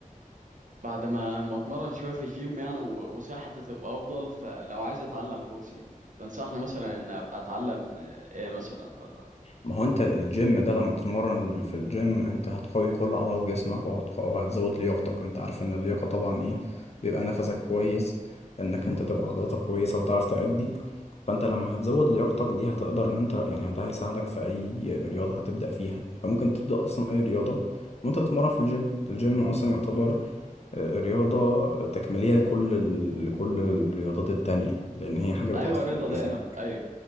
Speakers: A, on the right; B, on the left.
A: بعد ما ما اتمرن شويه في الجيم يعني و- وصحتي تبقى افضل فلو عايز اتعلم بوكسنج تنصحني مثلا ان ابقى اتعلم آه، ايه مثلا ولا
B: ما هو أنت الجيم ده لما تتمرن في الجيم أنت هتقوي كل عضلات جسمك وهتق- وهتزود لياقتك أنت عارف إن اللياقة طبعا إيه بيبقى نفسك كويس إنك أنت تبقى عضلاتك كويسة وبتعرف تأدي فأنت لما هتزود لياقتك دي هتقدر إن أنت يعني ده هيساعدك في أي رياضة هتبدأ فيها أنت ممكن تبدأ أصلا أي رياضة وأنت بتتمرن في الجيم الجيم أصلا يعتبر الرياضة تكميلية لكل ال... لكل الرياضات التانية لأن هي حاجة بتحسن
A: ايوه رضا
B: جسمك
A: دائمة ايوه